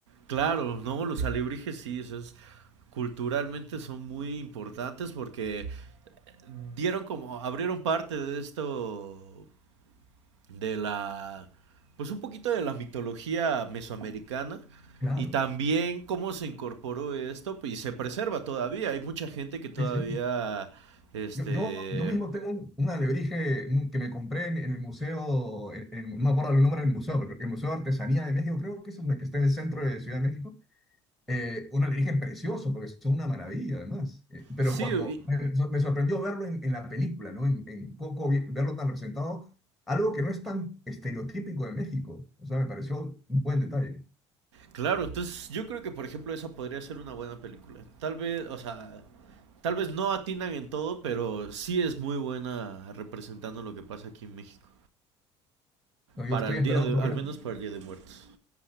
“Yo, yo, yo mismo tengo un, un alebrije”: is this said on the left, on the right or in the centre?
Centre